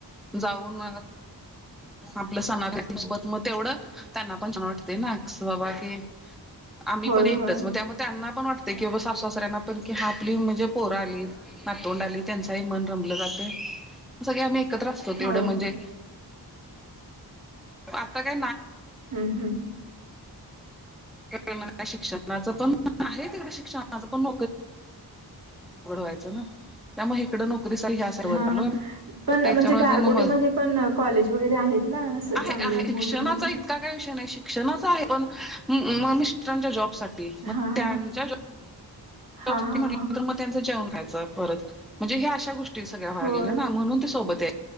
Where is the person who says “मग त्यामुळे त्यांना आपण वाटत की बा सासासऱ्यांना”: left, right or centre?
Centre